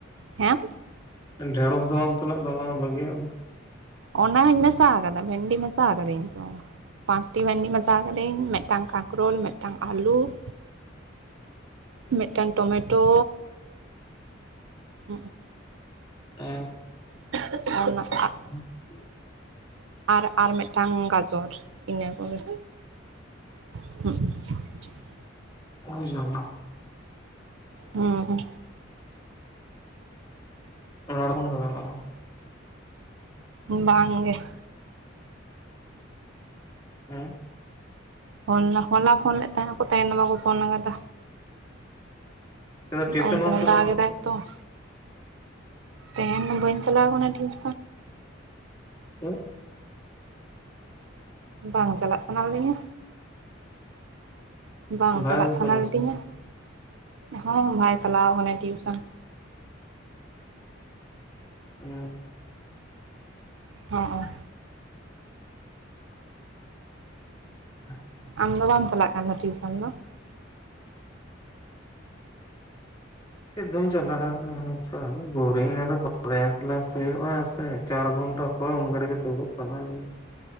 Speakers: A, on the right; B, on the left.
A: ᱦᱮᱸ?
B: ᱰᱷᱮᱲᱚᱥ ᱫᱚ ᱵᱟᱢ ᱩᱛᱩ ᱞᱮᱫ ᱫᱚ ᱚᱱᱟ ᱫᱚ ᱵᱟᱜᱤᱭᱟᱜ ᱫᱚ ᱾
A: ᱚᱱᱟ ᱦᱚᱧ ᱢᱮᱥᱟ ᱟᱠᱟᱫᱟ, ᱵᱷᱮᱱᱰᱤ ᱢᱮᱥᱟ ᱟᱠᱟᱫᱟᱹᱧ ᱛᱚ ᱾ ᱯᱟᱸᱪᱴᱤ ᱵᱷᱮᱱᱰᱤ ᱢᱮᱥᱟᱣ ᱠᱟᱹᱫᱟᱹᱧ ᱢᱤᱫᱴᱟᱝ ᱠᱟᱠᱨᱳᱞ, ᱢᱤᱫᱴᱟᱝ ᱟᱹᱞᱩ ᱾
B: <inaudible>
A: ᱢᱤᱫᱴᱟᱝ ᱴᱚᱢᱮᱴᱳ ᱾
B: ᱚ ᱾
A: <unintelligible>
B: <inaudible>
A: ᱟᱨ ᱟᱨ ᱢᱤᱫᱴᱟᱝ ᱜᱟᱡᱚᱨ ᱤᱱᱟᱹ ᱠᱚᱜᱮ᱾ <unintelligible>
B: ᱦᱳᱭ ᱡᱚᱢ <unintelligible>
A: ᱦᱩᱸ᱾
B: ᱨᱚᱲ <inaudible>
A: ᱵᱟᱝ ᱜᱮ ᱾
B: ᱦᱮᱸ?
A: ᱦᱚᱞᱟᱼᱦᱚᱞᱟ ᱯᱷᱚᱱ ᱞᱮᱫ ᱛᱟᱦᱮᱸᱱᱟ, ᱠᱚ ᱛᱟᱦᱮᱸᱱ ᱵᱟᱠᱚ ᱯᱷᱚᱱ ᱟᱠᱟᱫᱟ
B: ᱴᱤᱭᱩᱥᱚᱱ
A: ᱚᱱᱛᱮ
B: ᱵᱟᱢ
A: ᱦᱚᱸ
B: ᱪᱟᱞᱟᱣ
A: ᱫᱟᱜ ᱠᱮᱫᱟᱭ ᱛᱚ ᱾ ᱛᱮᱦᱮᱧ ᱵᱟᱹᱧ ᱪᱟᱞᱟᱣ ᱟᱠᱟᱱᱟ ᱴᱤ <inaudible>
B: ᱪᱮ
A: ᱵᱟᱝ ᱪᱟᱞᱟᱜ ᱥᱟᱱᱟ ᱞᱤᱧᱟ ᱵᱟᱝ
B: ᱵᱷᱟᱜᱮ
A: ᱪᱟᱞᱟᱜ
B: ᱜᱮ
A: ᱥᱟᱱᱟ
B: ᱠᱟᱱᱟ
A: ᱞᱤᱫᱤᱧᱟ
B: ᱥᱮ
A: ᱦᱚᱸ ᱵᱟᱭ ᱪᱟᱞᱟᱣ ᱟᱠᱟᱱᱟ ᱴᱤᱭᱩᱥᱚᱱ
B: ᱦᱮᱸ
A: ᱦᱚᱸᱜᱼᱚ
B: <unintelligible>
A: ᱟᱢ ᱫᱚ ᱵᱟᱢ ᱪᱟᱞᱟᱜ ᱠᱟᱱᱟ ᱴᱤᱭᱩᱥᱚᱱ ᱫᱚ
B: ᱪᱮᱫ ᱫᱚᱢ ᱪᱟᱞᱟᱜᱼᱟ ᱱᱚᱜᱼᱱᱚᱝᱠᱟ ᱵᱳᱨᱤᱝ ᱟᱫᱚ ᱵᱚᱨᱤᱝ ᱠᱮᱞᱟᱥ ᱦᱩᱭᱩᱜᱼᱟ ᱥᱮ ᱪᱟᱨ ᱜᱷᱟᱱᱴᱟ ᱚᱠᱚᱭ ᱩᱱ ᱜᱟᱹᱲᱤᱠ ᱮ ᱫᱩᱲᱩᱜ ᱥᱟᱱᱟ ᱮᱭᱟ